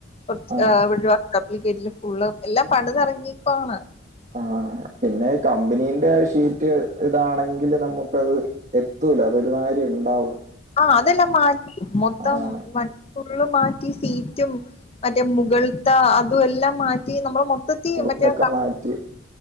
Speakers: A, on the left; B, on the right.
A: കൊറച്ച്
B: ആഹ്.
A: <unintelligible> കപ്പിൽ കയറ്റില് ഫുള്ള് എല്ലാം പണിതെറങ്ങിക്കുവാണ്
B: ആഹ് പിന്നെ കമ്പനീന്റെ ഷീറ്റ് ഇതാണെങ്കില് നമുക്കത് എത്തൂല അതരുമാതിരി ഉണ്ടാവും
A: ആഹ് അതെല്ലാം മാറ്റി മൊത്തം
B: ആഹ്
A: വ ഫുള്ള് മാറ്റി സീറ്റും മറ്റേ മുകൾത്ത അതും എല്ലാം മാറ്റി നമ്മള് മൊ ത്തതി
B: വുഡൊക്കെ
A: മറ്റേ
B: മാറ്റി